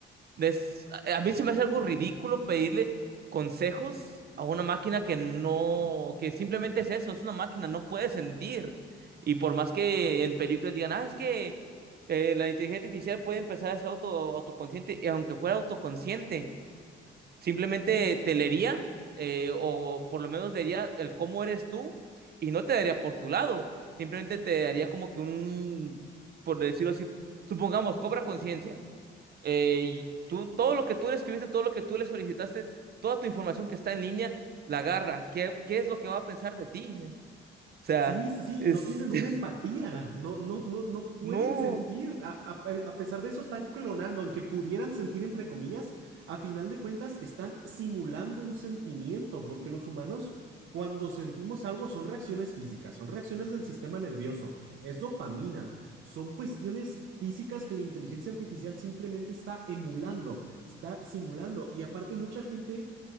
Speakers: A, on the right; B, on the right.
A: des- a mí se me hace algo ridículo pedirle consejos a una máquina que no, que simplemente es eso, es una máquina, no puede sentir. Y por más que en películas digan, ah, es que eh, la inteligencia artificial puede empezar a ser auto, autoconsciente, y aunque fuera autoconsciente, simplemente te leería, eh, o por lo menos leería el cómo eres tú, y no te daría por tu lado, simplemente te daría como que un, por decirlo así, supongamos, cobra conciencia. Eh, y tú, todo lo que tú le escribiste, todo lo que tú le solicitaste, toda tu información que está en línea, la agarra. ¿Qué, qué es lo que va a pensar de ti? O sea,
B: Sí, sí, sí,
A: es,
B: y no tienen
A: <laughs>
B: una empatía, no, no, no, no pueden
A: no,
B: sentir, a, a- eh, a pesar de eso están clonando, aunque pudieran sentir entre comillas, a final de cuentas están simulando un sentimiento, porque los humanos cuando sentimos algo son reacciones físicas, son reacciones del sistema nervioso, es dopamina, son cuestiones físicas que la inteligencia artificial simplemente está emulando, está simulando, y aparte mucha gente